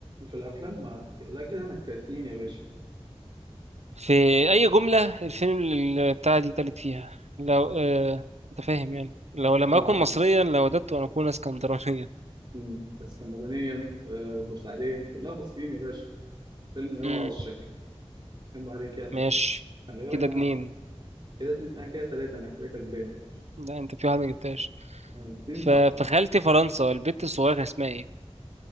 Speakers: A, on the right (about 45°); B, on the right (about 80°).
A: في الأفلام ما لا كده أنا كاتنين يا باشا
B: في أي جملة الفيلم اللي بتاع دي تالت فيها؟ لو آه... أنت فاهم يعني لو لم
A: اه
B: أكن مصريا لوددت أن أكون اسكندرانيا
A: مم. اسكندرانيا آه بورسعيديا كلها مصريين يا باشا فيلم اوعى
B: امم
A: وشك كم عليك يعني
B: ماشي
A: خلي بالك
B: كده
A: أنا
B: اتنين
A: كده اتنين أنا كده تلاتة أنا كده كان باين
B: لا انت في واحد ما جبتهاش
A: الاتنين
B: ف...
A: صح
B: فخالتي فرنسا البت الصغيرة كان اسمها ايه